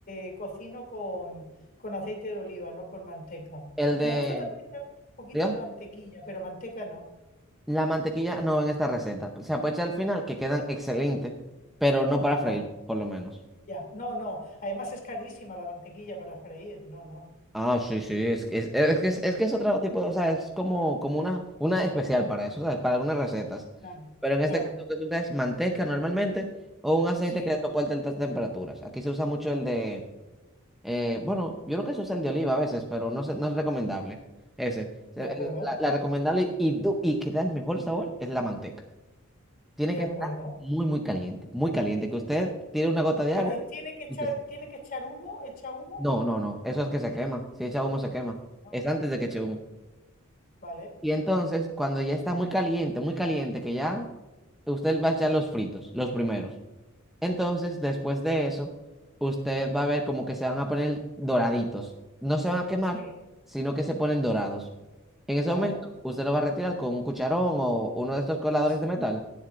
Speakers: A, on the left; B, in the centre.
A: eh, cocino con, con aceite de oliva, no con manteca.
B: el de,
A: Me gusta también echar un poquito
B: diga,
A: de mantequilla, pero manteca no.
B: la mantequilla no va en esta receta. Se puede echar al final que quedan excelentes, pero no para
A: Ajá,
B: freír, por lo menos.
A: ya. No, no. Además es carísima la mantequilla para freír. No, no.
B: Ah, sí, sí, es, que- es, es que es, es que es otro tipo, o sea, es como, como una, una especial para eso, ¿sabes? Para algunas recetas.
A: Claro,
B: Pero en este
A: claro.
B: caso que se usa es manteca normalmente o un aceite
A: Sí,
B: que soporte altas temperaturas. Aquí se usa mucho el de, eh, bueno, yo creo que se usa el de oliva a veces, pero no, se- no es recomendable ese.
A: de
B: Se-
A: acuerdo,
B: el- La, la recomendable y, du- y que da el mejor sabor es la manteca. Tiene
A: de
B: que
A: acuerdo.
B: estar muy, muy caliente, muy caliente, que usted tire una gota de
A: Pero
B: agua
A: ahí tiene que echar,
B: y se...
A: tiene que echar humo, echa humo.
B: No, no, no, eso es que se quema. Si echa humo se quema.
A: Ajá,
B: Es antes de que eche humo.
A: Vale,
B: Y entonces, cuando ya está muy caliente, muy caliente, que ya usted va a echar los fritos, los primeros. Entonces, después de eso, usted va a ver como que se van a poner doraditos. No se van a quemar,
A: sí,
B: sino que se ponen dorados. En ese
A: vale.
B: momento, usted lo va a retirar con un cucharón o uno de estos coladores
A: Sí.
B: de metal,